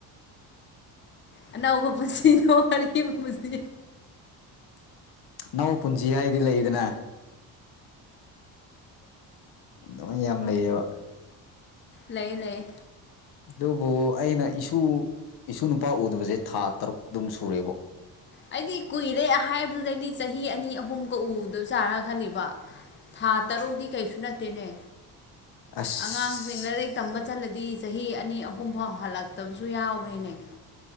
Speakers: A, on the left; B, on the left.
A: ꯑꯅꯧꯕ ꯄꯨꯟꯁꯤꯗꯣ ꯋꯥꯔꯤ ꯄꯨꯟꯁꯤ
B: ꯑꯅꯧꯕ ꯄꯨꯟꯁꯤ ꯍꯥꯏꯗꯤ ꯂꯩꯗꯅ ꯑꯗꯨꯝ ꯌꯥꯝ ꯂꯩꯌꯦꯕ
A: ꯂꯩꯌꯦ ꯂꯩꯌꯦ
B: ꯑꯗꯨꯕꯨ ꯑꯩꯅ ꯏꯁꯨ ꯏꯁꯨ ꯅꯨꯄꯥ ꯎꯗꯕꯖꯦ ꯊꯥ ꯇꯔꯨꯛ ꯗꯨꯝ ꯁꯨꯔꯦꯕꯣ
A: ꯑꯩꯗꯤ ꯀꯨꯏꯔꯦ ꯑꯍꯥꯏꯕꯗꯨꯗꯗꯤ ꯆꯍꯤ ꯑ ꯑꯅꯤ ꯑꯍꯨꯝꯒ ꯎꯗꯕ ꯆꯥꯔ ꯈꯜꯂꯤꯕ ꯊꯥ ꯇꯔꯨꯛꯗꯤ ꯀꯩꯁꯨ ꯅꯠꯇꯦꯅꯦ
B: ꯑꯁ
A: ꯑꯉꯥꯡꯁꯤꯡ ꯂꯥꯏꯔꯤꯛ ꯇꯝꯕ ꯆꯠꯂꯗꯤ ꯆꯍꯤ ꯑꯅꯤ ꯑꯍꯨꯝ ꯐꯥꯎ ꯍꯜꯂꯛ ꯇꯕꯁꯨ ꯌꯥꯎꯕꯅꯤꯅꯦ